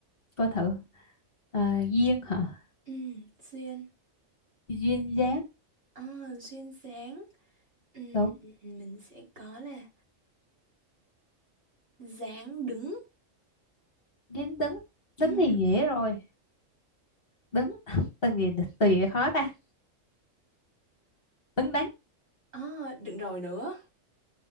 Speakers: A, on the left (about 45°); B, on the right (about 55°).
A: coi thử à, duyên hả
B: Ừ, duyên.
A: duyên dáng
B: À, duyên dáng. Ừ,
A: đúng
B: ừ, mình sẽ có là dáng đứng.
A: dáng đứng
B: Ừ,
A: đứng thì
B: đúng.
A: dễ rồi đứng <laughs> từ gì từ gì khó ta đứng đắn
B: À, đừng rồi nữa.